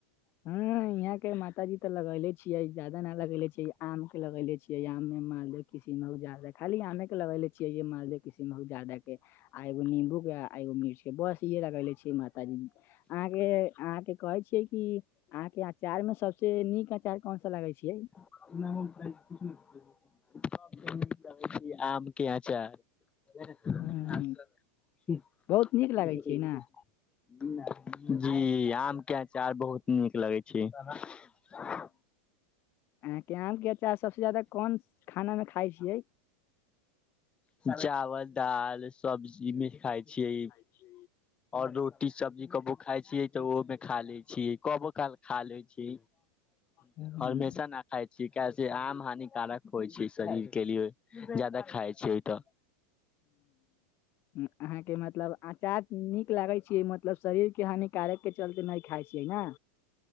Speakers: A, on the left; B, on the left.
A: हँ यहाँ केँ माताजी तऽ लगेले छियै जादा ना लगेले छियै आम कऽ लगेले छियै मालदे किशिनभोग जर्दा खाली आमे केँ लगे छियै य मालदे के किशन भोग जादा केँ आ एगो नम्बू केँ आ एगो मिर्च केँ बस इे लगले छिय माताजी अहाँकेँ अहाँकेँ कहै छियै की अहाँकेँ अचार में सबस नीक अचार कैन सा लागे छियै
B: <unintelligible> आम केँ आचार <unintelligible>
A: हम्म,
B: <unintelligible>
A: बहुत नीक लागै छै ने
B: <inaudible> जी आम केँ अचार बहुत नीक लगै छै <unintelligible>
A: अहाँकेँ आम केँ अचार सबसँ जायदा कोन खानामे खाइ छियै।
B: चावल दाल सब्जीमे खाई छियै।
A: जी
B: और रोटी सब्जी कबो खाय छीयै तऽ ओहो मे खा ले छीयै कबो काल खा लै छी।
A: ह
B: हमेशा न खाइ छी किया से आम हानिकारक होइ छै शरीर के किया जादा खाई छिये तऽ।
A: ह अहाँ केँ मतलब अचार नीक लागेय। ई मतलब शरीर के हानिकारक के चलते नहि खाय छियै ने।